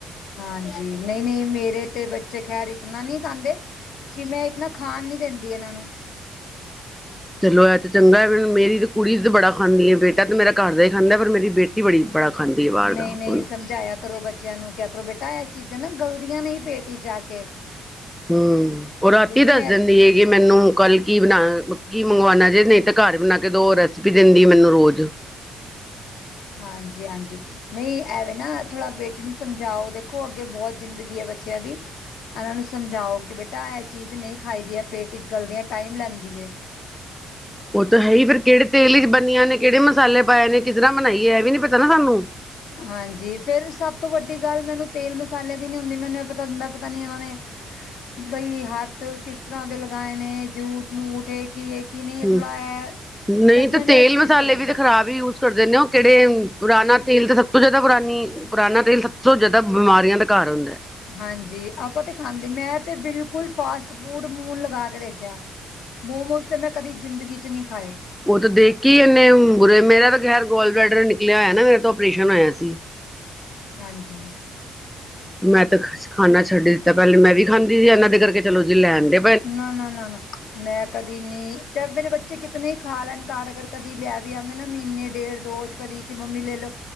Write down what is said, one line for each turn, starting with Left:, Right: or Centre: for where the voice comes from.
Left: ਹਾਂਜੀ ਨਹੀਂ ਨਹੀਂ ਮੇਰੇ ਤੇ ਬੱਚੇ ਖੈਰ ਇਤਨਾ ਨਹੀਂ ਖਾਂਦੇ। ਜੀ ਮੈਂ ਇਤਨਾ ਖਾਣ ਨੀ ਦਿੰਦੀ ਇਹਨਾਂ ਨੂੰ।
Centre: ਚਲੋ ਇਹ ਤੇ ਚੰਗਾ ਮੇਰੀ ਤੇ ਕੁੜੀ ਤੇ ਬੜਾ ਖਾਂਦੀ ਆ ਬੇਟਾ ਤੇ ਮੇਰਾ ਘਰਦਾ ਹੀ ਖਾਂਦਾ। ਮੇਰੀ ਬੇਟੀ ਬੜਈ ਬੜਾ ਖਦੀ ਆ ਬਾਹਰ
Left: ਨਹੀਂ-ਨਹੀਂ
Centre: ਦਾ ਹੁਣ।
Left: ਸਮਝਾਇਆ ਕਰੋ ਬੱਚਿਆਂ ਨੂੰ ਕਿਆ ਕਰੋ ਬੇਟਾ ਇਹ ਚੀਜ਼ਾਂ ਨਾ ਗਲਦੀਆਂ ਨਹੀਂ ਪੇਟ ਜਾ ਕੇ।
Centre: ਹੂ ਉਹ ਰਾਤੀ
Left: ਕਿਉਂਕਿ
Centre: ਦੱਸ
Left: ਮੈਂ
Centre: ਦਿੰਦੀ ਹੈਗੀ ਮੈਨੂੰ ਕੱਲ ਕੀ ਬਣਾ ਕੀ ਮੰਗਵਾਉਣਾ ਜੇ ਨਹੀਂ ਤੇ। ਘਰ ਬਣਾ ਕੇ ਦੋ ਰੈਸਪੀ ਦਿੰਦੀ ਏ ਮੈਨੂੰ ਰੋਜ਼।
Left: ਹਾਂਜੀ ਹਾਂਜੀ। ਨਹੀਂ ਐਵੇਂ ਨਾ ਥੋੜਾ ਬੇਟੀ ਨੂੰ ਸਮਝਾਓ ਦੇਖੋ ਅੱਗੇ ਬਹੁਤ ਜ਼ਿੰਦਗੀ ਹੈ ਬੱਚਿਆਂ ਦੀ। ਇਹਨਾਂ ਨੂੰ ਸਮਝਾਓ ਕਿ ਬੇਟਾ ਇਹ ਚੀਜ਼ ਨਹੀਂ ਖਾਈਦੀ ਹੈ ਪੇਟ ਵਿਚ ਗਲਦੇਯਾਂ ਟਾਈਮ ਲੈਂਦੀ ਹੈ।
Centre: ਉਹ ਤਾਂ ਹੈ ਹੀ ਫੇਿਰ ਕਿਹੜੇ ਤੇਲ ਚ ਬਣੀਆਂ ਨੇ ਕਿਹੜੇ ਮਸਾਲੇ ਪਾਏ ਨੇ ਕਿਸ ਤਰ੍ਹਾਂ ਬਣਾਈਏ ਇਹ ਵੀ ਨੀ ਪਤਾ ਨਾ ਸਾਨੂੰ।
Left: ਹਾਂਜੀ ਫੇਿਰ ਸਭ ਤੋਂ ਵੱਡੀ ਗੱਲ ਮੈਨੂੰ ਤੇਲ ਮਸਾਲੇ ਦੀ ਨੀ ਹੁੰਦੀ ਮੈਨੂੰ ਇਹ ਪਤਾ ਹਦਾ ਪਤਾ ਉਵੇ। ਬਈ ਹੱਥ ਕਿਸ ਤਰ੍ਹਾਂ ਦੇ ਲਗਾਏ ਨੇ ਜੂਠ ਮੂਠ ਏ ਕੀ ਹੈ। ਕੀ ਨਹੀਂ
Centre: ਹੁ
Left: ਥੋੜਾ ਹੈ
Centre: ਨਹੀਂ
Left: ਬਸ
Centre: ਤੇ
Left: ਮੈਨੂੰ
Centre: ਤੇਲ
Left: ਇਸ ਚੀਜ਼
Centre: ਮਸਾਲੇ
Left: ਤੋਂ ਲੱਗਦਾ
Centre: ਵੀ ਤੇ ਖਰਾਬ ਹੀ ਕਰਦੇ ਨੇ ਉਹ ਕਿਹੜੇ ਪੁਰਾਣਾ ਤੇਲ ਤੇ ਸਭ ਤੋਂ ਜ਼ਿਆਦਾ ਪੁਰਾਣੀ ਪੁਰਾਣਾ ਤੇਲ ਸਭ ਤੋਂ ਜ਼ਿਆਦਾ ਬਿਮਾਰੀਆਂ ਦਾ ਘਰ ਹੁੰਦਾ।
Left: ਹਾਂਜੀ ਆਪਾਂ ਤੇ ਖਾਂਦੇ ਨ ਮੈਂ ਤੇ ਬਿਲਕੁਲ ਫਾਸਟ ਫੂਡ ਮੂੰਹ ਲਗਾ ਕੇ ਦੇਖਿਆ। ਮੋਮੋਸ ਤੇ ਮੈਂ ਕਦੀ ਜ਼ਿੰਦਗੀ ਚ ਨਹੀਂ ਖਾਏ।
Centre: ਉਹ ਤਾਂ ਦੇਖੀ ਉਹਨੇ ਬੁਰੇ ਮੇਰਾ ਤਾਂ ਖਹਿਰ ਗੋਲ ਬੈਡਰ ਨ। <unintelligible> ਨਾ ਮੇਰਾ ਤੋਂ ਓਪਰੇਸ਼ਨ ਹੋਏਆ ਸੀ।
Left: ਹਾਂਜੀ।
Centre: ਮੈਂ ਤਾਂ ਖ ਖਾਨਾ ਛੱਡ। ਤਾਂ ਪਹਿਲੇ ਮੈਂ ਵੀ ਖਾਂਦੀ ਸੀ ਇਹਨਾਂ ਦੇ ਕਰਕੇ ਚਲੋ ਜੀ ਲੈਣ ਦੇ।
Left: ਨਾ ਨਾ ਨਾ ਨਾ। ਮੈਂ ਕਦੀ ਨੀ ਚਾਹੇ ਮੇਰੇ ਬੱਚੇ ਕਿਤਨੇ ਹੀ ਖਾ ਲੈਣ ਘਰ ਅਗਰ ਕਦੀ ਲੈ ਵੀ ਆਉਂਦੇ ਨਾ ਮਹੀਨੇ ਡੇਢ ਦੋ। ਕਦੀ ਕਿ ਮੰਮੀ ਲੈ ਲਓ